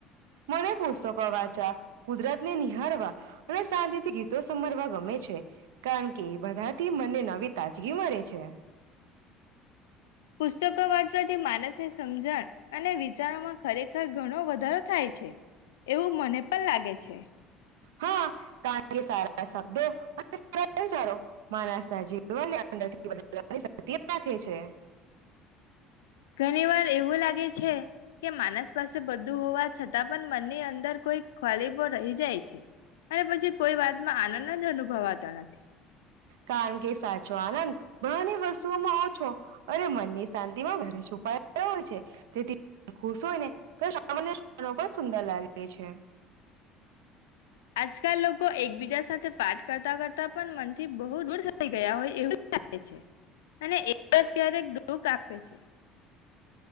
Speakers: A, on the right; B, on the left.
A: મને પુસ્તકો વાંચવા કુદરત ને નિહાળવા અને શાંતથી ગીતો સમરવા ગમે છે કારણ કે એ બધાથી મને નવી તાજગી મળે છે
B: પુસ્તકો વાંચવાથી માનસની સમજણ અને વિચારોમાં ખરેખર ઘણો વધારો થાય છે એવું મને પણ લાગે છે
A: હા કારણ કે સારા શબ્દો અને સારા વિચારો માણસ ના જીવન અંદરથી બદવાની શક્ રાખે છે
B: ઘણી વાર એવું લાગે છે કે માણસ પાસે બધું હોવા છતાં પણ મનની અંદર કોઈ ખલીપો રહી જાય છે અને પછી કોઈ વાતમાં આનંદ જ અનુભવાતો નથી
A: કારણ કે સાચો આનંદ બહાર ની વસ્તુઓમાં ઓછો અને મનની શાંતિમાં વધુ છુપાઈ રહયો હોય છે તેથી ખુશ હોયને તો સામાન્ય પણ સુંદર લાગે છે
B: આજકાલ લોકો એકબીજા સાથે પાઠ કરતા કરતા પણ મનથી બહુ દૂર થઈ ગયા હોય એવું લાગે છે અને એવા જ ક્યારેક દુઃખ આપે છે